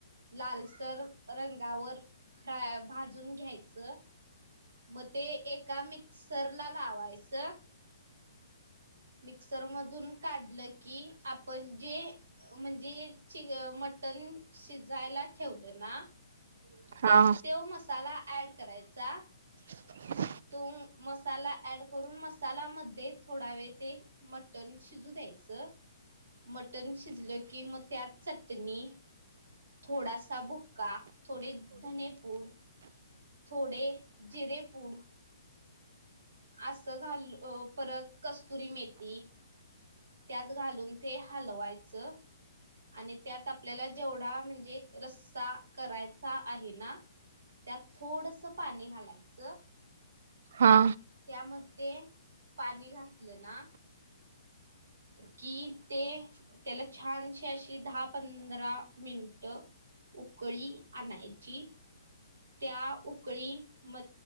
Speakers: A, on the right; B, on the right.
A: लालसर रंगावर फ्राय भाजून घ्यायच. मग ते एका मिक्सर ला लावायचं. मिक्सर मधून काढलं की आपण जे म्हण जे मटण शिजायला ठेवलं ना
B: हा
A: त्यात त्यो मसाला ऍड करायचा.
B: ह <inaudible>
A: तो मसाला ऍड करून, मसाला मध्ये थोडा वेळ ते मटण शिजू दया घ्यायचं मटण शिजलं की मग त्यात चटणी थोडासा बुक्का. थोडे धने पूड, थोडे जिरे पूड. असं घाल परत कस्तुरी मेथी त्यात घालून ते हलवायचं. आणि त्यात आपल्याला जेवढा म्हणजे रस्सा करायचा आहे ना त्यात थोडसं पाणी घालायचं
B: हा
A: त्यामध्ये पाणी घातलं ना की ते त्याला छानशी अशी दहा पंधरा मि मिनिटं उकळी आणायची त्या उकळी म